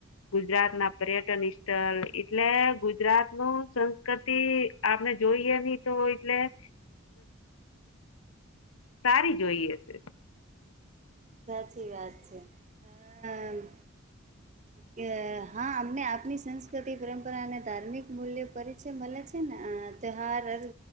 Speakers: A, on the left (about 80°); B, on the right (about 35°).
A: ગુજરાત ના પર્યટન સ્થળ એટલે ગુજરાત નું સંસ્કૃતિ આપણે જોઈએ ની તો એટલે સારી જોઈએ છે.
B: સાચી વાત છે હ. કે હા અમને આપની સંસ્કૃતિ પરંપરા અને ધાર્મિક મૂલ્યો પરિચય મળે છે ને. અ ત્યહાર અર્થ